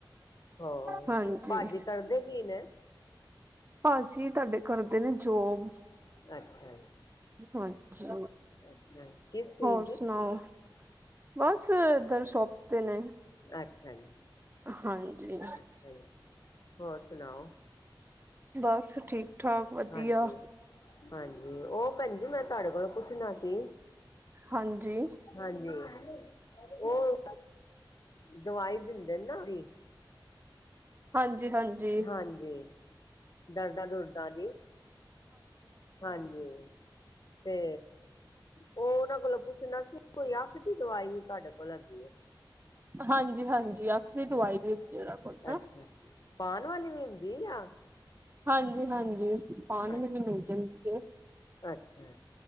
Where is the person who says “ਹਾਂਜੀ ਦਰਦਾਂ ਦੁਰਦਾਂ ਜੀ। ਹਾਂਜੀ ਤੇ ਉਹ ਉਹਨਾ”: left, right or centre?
Left